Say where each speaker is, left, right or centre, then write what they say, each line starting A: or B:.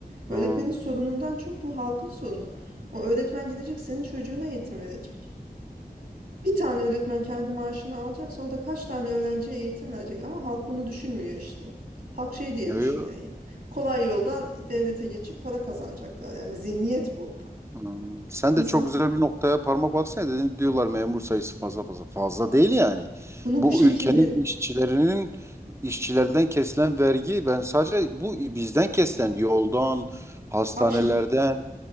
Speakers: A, on the right; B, on the right.
A: Öğretmenin
B: Ha.
A: sorunundan çok bu halkın sorunu. O öğretmen gidecek senin çocuğuna eğitim verecek. Bir tane öğretmen kendi maaşını alacak, sonra da kaç tane öğrenciye eğitim verecek ama halk bunu düşünmüyor işte. Halk şey diye
B: Yo,
A: düşünüyor
B: yo.
A: ya. Kolay yoldan devlete geçip para kazanacaklar. Yani zihniyet bu.
B: Hmm, Sen
A: İnsan
B: de çok güzel bir noktaya parmak bassana dedin diyorlar memur sayısı fazla fazla fazla değil yani.
A: bunu
B: Bu
A: bu şekilde
B: ülkenin işçilerinin işçilerden kesilen vergi ben sadece bu bizden kesilen yoldan, hastanelerden
A: bak şimdi